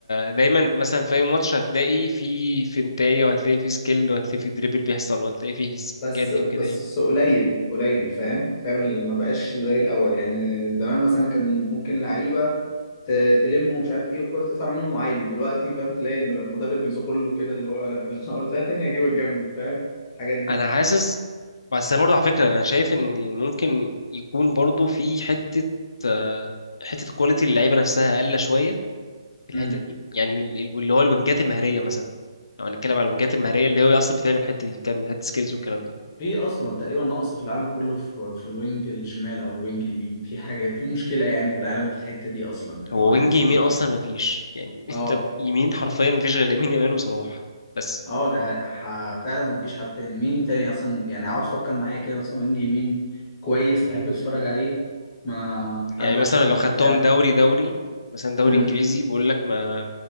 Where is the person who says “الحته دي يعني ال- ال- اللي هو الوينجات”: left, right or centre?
Left